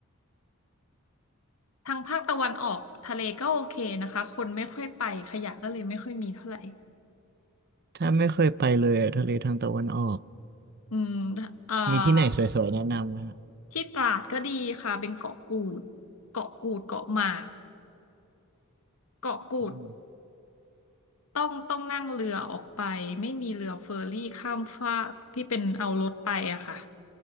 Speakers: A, on the left; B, on the right.
A: ทางภาคตะวันออกทะเลก็โอเคนะคะคนไม่ค่อยไปขยะก็เลยไม่ค่อยมีเท่าไหร่
B: ถ้าไม่เคยไปเลยอะทะเลทางตะวันออก
A: อืมเอ่อ
B: มีที่ไหนสวยๆแนะนำไหมฮะ
A: ที่ตราดก็ดีค่ะเป็นเกาะกูดเกาะกูดเกาะหมากเกาะกูด
B: อืม
A: ต้องต้องนั่งเรือออกไปไม่มีเรือเฟอร์รี่ข้ามฟากที่เป็นเอารถไปอะค่ะ